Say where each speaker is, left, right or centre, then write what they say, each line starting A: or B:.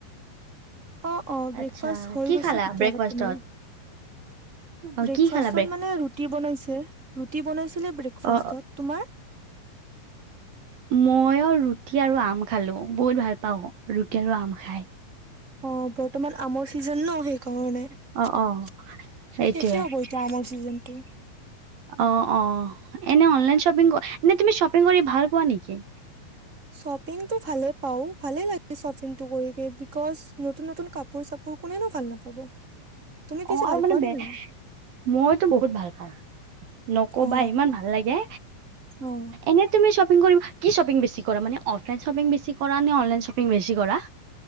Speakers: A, on the right (about 20°); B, on the right (about 70°).
A: অ' অ' ব্ৰেকফাষ্ট
B: আচ্ছা
A: হৈ
B: কি
A: গৈছে
B: খালা
A: কেতিয়াবাতে
B: ব্ৰেকফাষ্টত
A: মোৰ।
B: অ
A: ব্ৰেকফাষ্টত
B: কি খালা
A: মানে ৰুতি বনাইছে, ৰুতি বনাইছিল ব্ৰেকফষ্টত।
B: অ
A: তোমাৰ?
B: মইও ৰুটি আৰু আম খালো। বহুত ভাল পাওঁ ৰুটি আৰু আম খাই।
A: অ' বৰ্তমান আমৰ চিজন ন সেই অ' নে
B: অ
A: শষ
B: অ সেইটোৱে
A: হব এতিয়া আমৰ চিজনতো।
B: অ' অ'। এনে অ' অনলাইন শ্বপিং কৰ ন তুমি শ্বপিং কৰি ভাল পোৱা নেকি?
A: শ্বপিংটো ভালে পাও, ভালে লাগে শ্বপিংটো কৰি, বিকজ নতুন নতুন কাপোৰ চাপোৰ কোনেনো ভাল নাপাব। তুমি পিছে
B: অ' আৰু
A: ভাল
B: মানে,
A: পোৱা নে নাই
B: মইতো বহুত ভাল পাওঁ, নকবা
A: অ
B: ইমান ভাল লাগে,
A: অ
B: এনে তুমি শ্বপিং কৰিব কি শ্বপিং বেছি কৰা মানে? অফলাই শ্বপিং বেছি কৰে কৰা নে অনলাইন শ্বপিং বেছি কৰা?